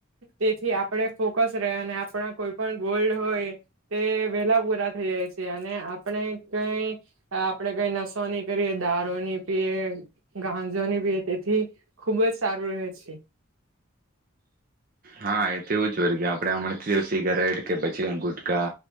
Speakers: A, on the right; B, on the right.
A: તેથી આપણે ફોકસ રહે અને આપણાં કોઈ પણ ગોલ્ડ હોય તે વેલા પૂરા થયા છે અને આપણે કઈ આપણે કઈ નસો નની કરીએ દારો ની પીએ ગાંજો નની પીએ તેથી, ખુબ જ સારું રહે છે.
B: હા એ તો એવું જ હોય કે આપણેે હમણાં થી જ સિગારેટ કે પછી ગુટકા